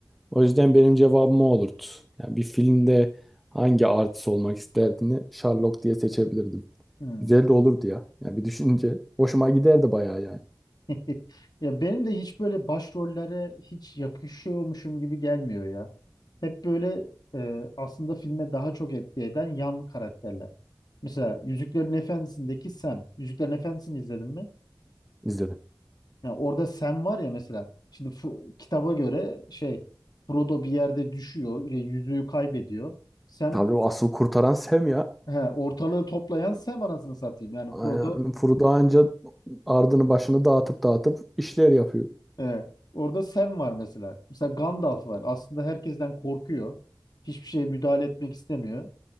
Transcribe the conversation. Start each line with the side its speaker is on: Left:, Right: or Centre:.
Centre: O yüzden benim cevabım o olurdu. Yani bir filmde hangi artist olmak isterdini Sherlock diye seçebilirdim.
Left: Hmm.
Centre: Güzel de olurdu ya. Yani bir düşünce hoşuma giderdi bayağı yani.
Left: <laughs> Ya benim de hiç böyle başrollere hiç yakışıyormuşum gibi gelmiyor ya. Hep böyle e, aslında filme daha çok etki eden yan karakterler. Mesela Yüzüklerin Efendisi'ndeki Sam. Yüzüklerin Efendisi'ni izledin mi?
Centre: İzledim.
Left: Ya orada Sam var ya mesela şimdi Fro- kitaba göre şey Frodo bir yerde düşüyor, şey, yüzüğü kaybediyor. Sam
Centre: Tabii o asıl kurtaran Sam ya.
Left: he, ortalığı toplayan Sam anasını satayım. Yani
Centre: Aynen.
Left: Frodo
Centre: Frodo anca ardını başını dağıtıp dağıtıp işler yapıyor.
Left: e, orada Sam var mesela. Mesela Gandalf var. Aslında herkesten korkuyor. Hiçbir şeye müdahale etmek istemiyor.